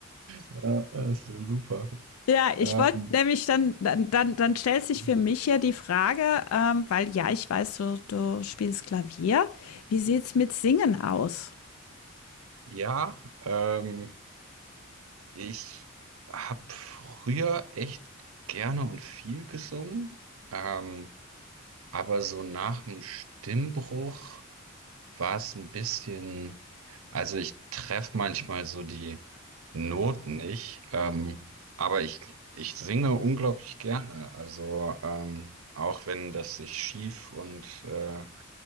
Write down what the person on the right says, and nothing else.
Ja, das wäre super.
Ähm,
mhm.
ja, ähm, ich habe früher echt gerne und viel gesungen, ähm, aber so nach dem Stimmbruch war es ein bisschen, also ich treffe manchmal so die Noten nicht, ähm, aber ich, ich singe unglaublich gerne, also ähm, auch wenn das sich schief und äh,